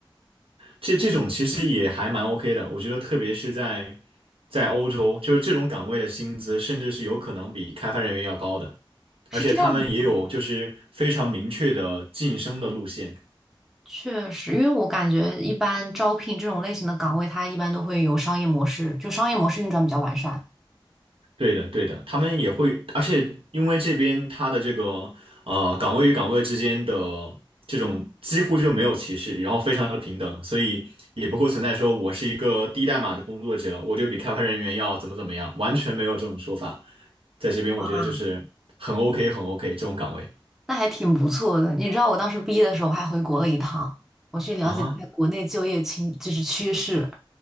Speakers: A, on the right (about 85°); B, in the centre.
A: 这这种其实也还蛮 OK 的，我觉得特别是在在欧洲，就是这种岗位的薪资甚至是有可能比开发人员要高的，
B: 是这样的吗。
A: 而且他们也有就是非常明确的晋升的路线。
B: 确实，因为我感觉一般招聘这种类型的岗位，它一般都会有商业模式，就商业模式运转比较完善。
A: 对的，对的，他们也会，而且因为这边他的这个呃岗位与岗位之间的这种几乎就没有歧视，然后非常的平等，所以也不会存在说我是一个低代码的工作者，我就比开发人员要怎么怎么样，完全没有这种说法。在这边我觉得就是很
B: 哇，
A: OK，很 OK 这种岗位
B: 那还挺不错的。你知道我当时毕业的时候，我还回国了一趟，我去了解一下国内就业情，
A: 啊，
B: 就是趋势。